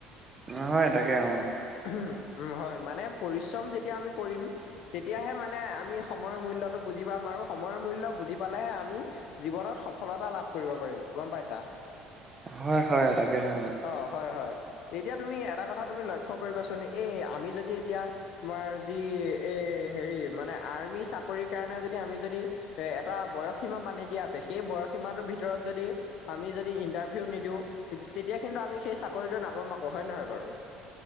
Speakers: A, on the right; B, on the left.
A: নহয় তাকে অ
B: উ উ হয় মানে পৰিশ্ৰম যেতিয়া আমি কৰিম তেতিয়াহে মানে আমি সময়ৰ মূল্যটো বুজি পাম আৰু সময়ৰ মূল্য বুজি পালেহে আমি জীৱনত সফলতা লাভ কৰিব পাৰিম গম পাইছা
A: হয় হয় এ তাকে হয় অ।
B: অ হয় হয় এতিয়া তুমি এটা কথা তুমি লক্ষ্য কৰিবাচোন এই আমি যদি এতিয়া। তোমাৰ যি এ হেৰি মানে আৰ্মি চাকৰিৰ কাৰণে যদি আমি যদি। এ এটা বয়সসীমা বান্ধি দিয়া আছে সেই বয়সীমাটোৰ ভিতৰত যদি। আমি যদি ইন্টাৰভিউ নিদিওঁ তেতিয়া কিন্তু আমি সেই চাকৰিটো নাপাম আকৌ হয় নহয় বাৰু।